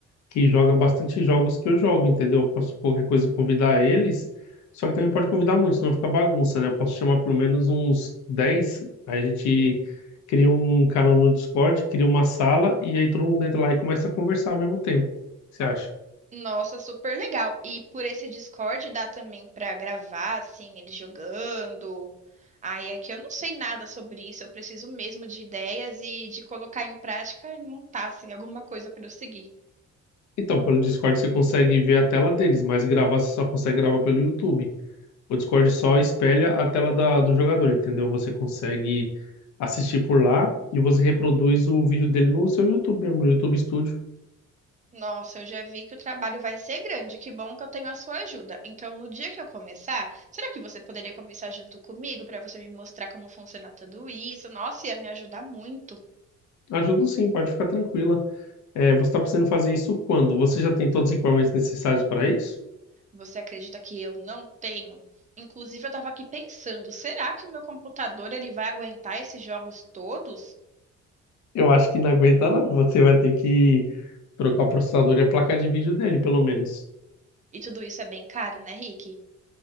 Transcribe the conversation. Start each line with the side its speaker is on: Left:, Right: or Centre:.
Left: que joga bastante jogos que eu jogo, entendeu? Eu posso qualquer coisa convidar eles. Só que também não pode convidar muito, senão fica bagunça, né? Eu posso chamar pelo menos uns 10. Aí a gente cria um canal no Discord, cria uma sala e aí todo mundo entra lá e começa a conversar ao mesmo tempo. O que você acha?
Right: Nossa, super legal. E por esse Discord dá também pra gravar, assim, ele jogando. Aí é que eu não sei nada sobre isso. Eu preciso mesmo de ideias e de colocar em prática e montar, assim, alguma coisa pra eu seguir.
Left: Então, pelo Discord você consegue ver a tela deles, mas gravar você só consegue gravar pelo YouTube. O Discord só espelha a tela da- do jogador, entendeu? Você consegue assistir por lá e você reproduz o vídeo dele no seu YouTube mesmo, no YouTube Studio.
Right: Nossa, eu já vi que o trabalho vai ser grande. Que bom que eu tenho a sua ajuda. Então, no dia que eu começar, será que você poderia começar junto comigo pra você me mostrar como funciona tudo isso? Nossa, ia me ajudar muito.
Left: Ajuda sim, pode ficar tranquila. É, você está precisando fazer isso quando? Você já tem todos os equipamentos necessários para isso?
Right: Você acredita que eu não tenho? Inclusive, eu estava aqui pensando, será que o meu computador ele vai aguentar esses jogos todos?
Left: Eu acho que não aguenta não. Você vai ter que trocar o processador e a placa de vídeo dele, pelo menos.
Right: E tudo isso é bem caro, né, Rick?